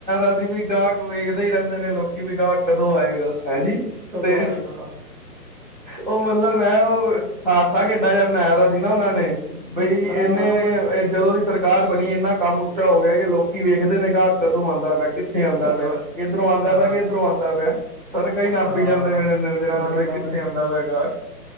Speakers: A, on the right; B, on the right.
A: ਅਸੀਂ ਵੀ ਗਾਹਕ ਵੇਖਦੇ ਹੀ ਰਹਿੰਦੇ ਨੇ ਲੋਕੀ ਵੀ ਗਾਹਕ। ਕਦੋਂ ਆਏਗਾ। ਹੈਂਜੀ
B: ਕਦੋਂ
A: ਤੇ
B: ਆਏਗਾ
A: ਉਹ ਮਤਲਬ ਮੈਂ ਉਹ ਹਾਦਸਾ ਖੇਡਾ ਜਿਹਾ ਮਨਾਇਆ ਦਾ ਸੀ ਨਾ ਉਹਨਾਂ ਨੇ। ਬਈ ਇਹਨੇ
B: ਆ ਕੋਈ
A: ਜਦੋਂ ਦੀ ਸਰਕਾਰ। ਕਾਰ ਬਣੀ ਇੰਨਾ ਕੰਮ ਉੱਚਾ ਹੋ ਗਿਆ ਕਿ ਲੋਕ। ਕੀ ਵੇਖਦੇ ਨੇ ਗ ਕਦੋਂ ਆਉਂ ਕਿੱਥੇ ਆਉਂਦਾ
B: ਕਦੋਂ
A: ਪਿਆ ਇੱਧਰੋਂ ਆਉਂਦਾ
B: ਆ
A: ਪਿਆ ਕੇ ਇੱਧਰੋਂ ਆਉਂਦਾ ਪਿਆ ਸੜਕ ਹੀ
B: ਆ
A: ਨਾਪੀ ਜਾਂਦੇ ਪਏ ਨਜਾਂ
B: ਸਰ
A: ਨਾਲ
B: ਕ
A: ਵੀ ਕਿੱਥੇ
B: ਲ ਹਮ
A: ਆਉਂਦਾ ਪੈਗਾ